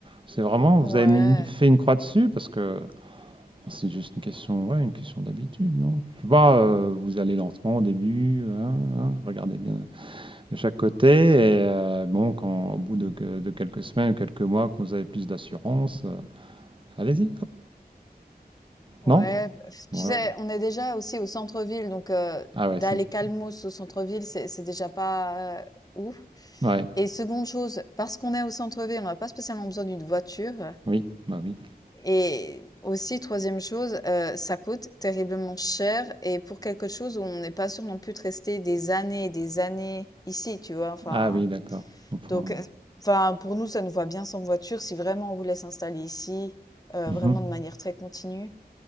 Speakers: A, on the right; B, on the left.
A: c'est vraiment, vous
B: ouais,
A: avez mis, fait une croix dessus parce que C'est juste une question, ouais, une question d'habitude, non? Je sais pas, euh, vous allez lentement au début, hein, hein, regardez bien de chaque côté, et euh, bon, quand au bout de, que- de quelques semaines, quelques mois, que vous avez plus d'assurance, euh, allez-y, hop,
B: ouais,
A: non?
B: tu
A: Ouais.
B: sais, on est déjà aussi au centre-ville donc heu,
A: Ah ouais,
B: d'aller
A: c'est dit.
B: calmos au centre-ville, c'est c'est déjà pas euh, ouf
A: Ouais,
B: et seconde chose, parce qu'on est au centre-ville, on n'a pas spécialement besoin d'une voiture.
A: oui, bah oui.
B: Et aussi, troisième chose, heu, ça coûte terriblement cher et pour quelque chose où on n'est pas sûr non plus de rester des années et des années ici, tu vois? Enfin,
A: Ah oui, d'accord, je comprends.
B: donc, heu,
A: Ouais,
B: enfin, pour nous, ça nous va bien sans voiture. Si vraiment on voulait s'installer ici, heu,
A: Mhm.
B: vraiment de manière très continue,